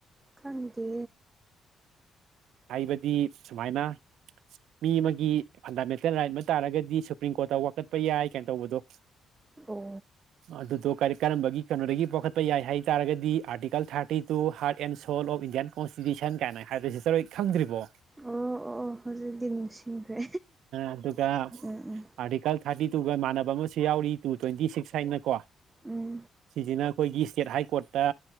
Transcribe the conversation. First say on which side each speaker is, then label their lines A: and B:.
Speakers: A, on the right (about 15°); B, on the right (about 80°).
A: ꯈꯪꯗꯦ
B: ꯍꯥꯏꯕꯗꯤ ꯁꯨꯃꯥꯏꯅ ꯃꯤ ꯑꯃꯒꯤ ꯐꯟꯗꯥꯃꯦꯟꯇꯦꯜ ꯔꯥꯏꯠ ꯃꯠꯇꯥꯔꯒꯗꯤ ꯁꯨꯄ꯭ꯔꯤꯝ ꯀꯣꯔꯠꯇ ꯋꯥ ꯆꯠꯄ ꯌꯥꯏ ꯀꯩꯅꯣ ꯇꯧꯕꯗꯣ
A: ꯑꯣ
B: ꯑꯗꯨꯗꯣ ꯀꯔꯤ ꯀꯔꯝꯕꯒꯤ ꯀꯩꯅꯣꯗꯒꯤ ꯄꯣꯛꯈꯠꯄ ꯌꯥꯏ ꯍꯥꯏ ꯇꯥꯔꯒꯗꯤ article thirty two heart and soul of Indian constitution ꯀꯥꯏꯅ ꯍꯥꯏꯗꯣꯏꯁꯤ ꯆꯠꯣꯏ ꯈꯪꯗ꯭ꯔꯤꯕꯣ
A: ꯑꯣ ꯑꯣ ꯍꯧꯖꯤꯛꯇꯤ ꯅꯤꯡꯁꯤꯡꯈ꯭ꯔꯦ
B: ꯑꯗꯨꯒ
A: ꯎꯝ ꯎꯝ
B: ꯑꯥꯔꯇꯤꯀꯜ ꯊꯥꯔꯇꯤ ꯇꯨꯒ ꯃꯥꯟꯅꯕ ꯑꯃꯁꯨ ꯌꯥꯎꯔꯤ ꯇꯨ ꯇ꯭ꯋꯦꯟꯇꯤ ꯁꯤꯛꯁ ꯍꯥꯏꯅꯀꯣ
A: ꯎꯝ
B: ꯁꯤꯁꯤꯅ ꯑꯩꯈꯣꯏꯒꯤ ꯏꯁꯇꯦꯠ ꯍꯥꯏ ꯀꯣꯔꯠꯇ